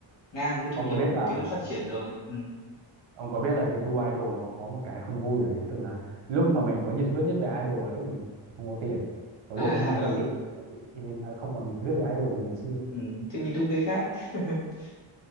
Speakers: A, on the left; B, on the right.
A: ngang với cái thu
B: ông
A: nhập
B: có biết
A: của mấy
B: là
A: cái nước phát triển rồi ừ.
B: ông có biết là việc đu idol nó có một cái không vui ở điểm tức là lúc mà mình có nhiệt huyết nhất về idol là lúc mình không có tiền còn
A: à
B: lúc mình làm
A: ừ.
B: ra tiền thì thì mình lại không còn nhiệt huyết về idol như ngày xưa
A: ừ. thì mình đúng cái khác <laughs>